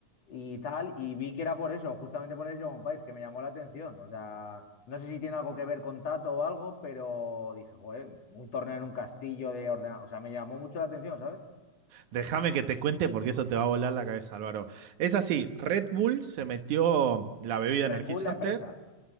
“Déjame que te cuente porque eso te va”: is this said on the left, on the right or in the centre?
Right